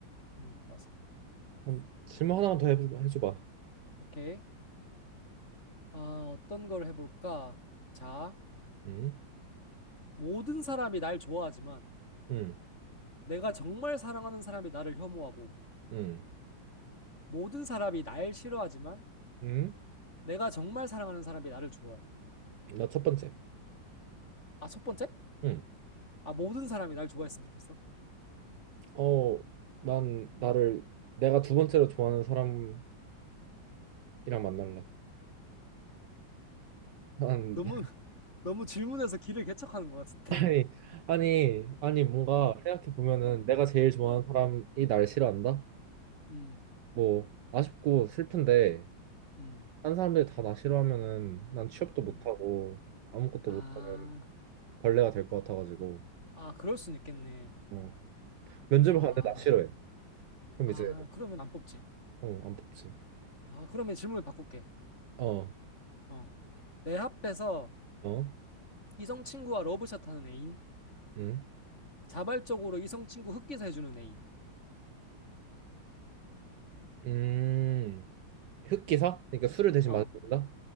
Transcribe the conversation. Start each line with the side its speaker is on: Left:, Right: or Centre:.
Left: 응, 맞아.
Right: 그럼 질문 하나만 더 해줘, 해줘봐.
Left: 오케이. 아, 어떤 걸 해볼까? 자,
Right: 응?
Left: 모든 사람이 날 좋아하지만
Right: 응?
Left: 내가 정말 사랑하는 사람이 나를 혐오하고
Right: 응?
Left: 모든 사람이 날 싫어하지만
Right: 응?
Left: 내가 정말 사랑하는 사람이 나를 좋아해.
Right: 나 첫 번째.
Left: 아, 첫 번째?
Right: 응.
Left: 아, 모든 사람이 날 좋아했으면 좋겠어.
Right: 어, 난 나를 내가 두 번째로 좋아하는 사람이랑 만날래. 난
Left: 너무
Right: <laughs>
Left: 너무 질문해서 길을 개척하는 것 같은데.
Right: 아니 아니 아니 뭔가
Left: 어,
Right: 생각해 보면은
Left: 어,
Right: 내가 제일 좋아하는
Left: 어,
Right: 사람이 날 싫어한다?
Left: 음,
Right: 뭐 아쉽고 슬픈데
Left: 음,
Right: 딴 사람들이 다 나 싫어하면은 난 취업도
Left: 음.
Right: 못하고 아무것도
Left: 아,
Right: 못하는 벌레가 될 것 같아가지고
Left: 아, 그럴 순 있겠네.
Right: 어 면접을
Left: 아,
Right: 가는데 나 싫어해. 그럼
Left: 아,
Right: 이제
Left: 그러면 안 뽑지.
Right: 어안 뽑지.
Left: 아, 그러면 질문을 바꿀게.
Right: 어
Left: 어, 내 앞에서
Right: 어?
Left: 이성 친구와 러브샷 하는 애인,
Right: 응?
Left: 자발적으로 이성 친구 흑기사 해주는 애인.
Right: 음? 음 흑기사? 그러니까 술을 대신
Left: 어,
Right: 마신다?